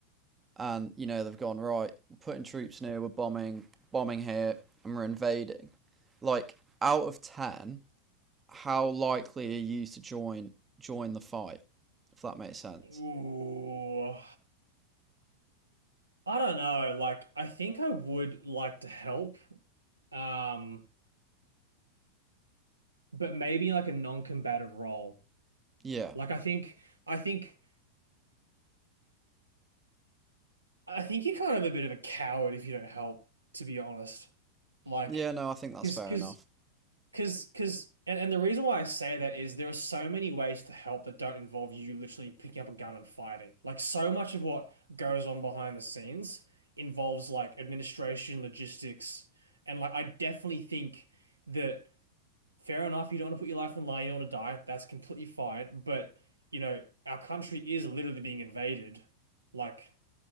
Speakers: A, on the right; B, on the right.
A: and you know they've gone right. We're putting troops near. We're bombing, bombing here, and we're invading. Like out of ten, how likely are you to join join the fight? If that makes sense.
B: <laughs> Ooh, I don't know. Like, I think I would like to help. Um, but maybe like a non-combative role.
A: Yeah.
B: Like I think I think I think you're kind of a bit of a coward if you don't help, to be honest. Like,
A: Yeah. No, I think that's
B: because
A: fair
B: because
A: enough.
B: because because and, and the reason why I say that is there are so many ways to help that don't involve you literally picking up a gun and fighting. Like so much of what goes on behind the scenes involves like administration, logistics, and like I definitely think that. fair enough, you don't want to put your life on the line, you don't want to die. That's completely fine. But, you know, our country is literally being invaded. Like,